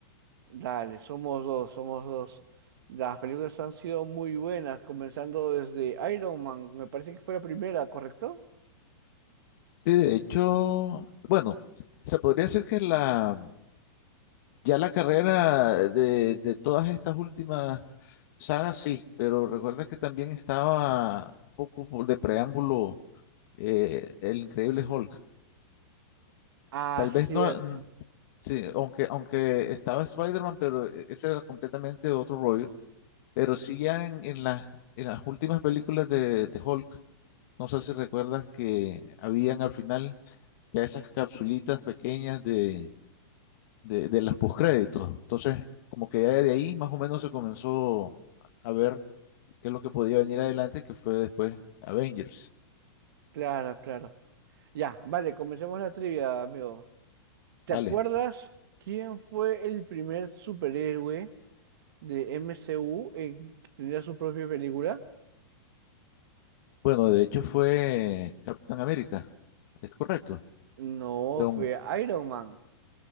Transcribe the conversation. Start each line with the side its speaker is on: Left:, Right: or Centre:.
Right: Dale, somos dos, somos dos. Las películas han sido muy buenas, comenzando desde Iron Man. Me parece que fue la primera, ¿correcto?
Left: Sí, de hecho, bueno, se podría decir que la, ya la carrera de, de todas estas últimas sagas, sí, pero recuerda que también estaba un poco por de preámbulo eh, el Increíble Hulk.
Right: Ah,
Left: Tal
Right: cierto.
Left: vez no, mm, sí, aunque, aunque estaba Spider-Man, pero eh, ese era completamente otro rollo. Pero sí ya en, en las, en las últimas películas de, de Hulk. No sé si recuerdas que habían al final ya esas capsulitas pequeñas de, de, de los postcréditos. Entonces, como que ya de ahí más o menos se comenzó a ver qué es lo que podía venir adelante, que fue después Avengers.
Right: Claro, claro. Ya, vale, comencemos la trivia, amigo. ¿Te
Left: Vale.
Right: acuerdas quién fue el primer superhéroe de MCU en tener su propia película?
Left: Bueno, de hecho fue Capitán América. Es correcto.
Right: No,
Left: Fue un-
Right: fue Iron Man.